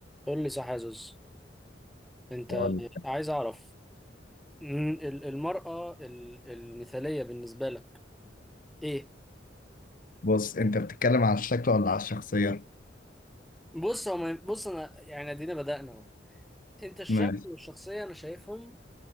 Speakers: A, in the centre; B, on the left.
A: قول لي صح يا زوز انت
B: أقول لك.
A: عايز اعرف م- ال- المرأة ال- المثالية بالنسبة لك ايه
B: بص انت بتتكلم على الشكل ولا على الشخصية؟
A: بص هو ما- بص انا يعني ادينا بدأنا اهو انت الشكل
B: ماشي
A: والشخصية انا شايفهم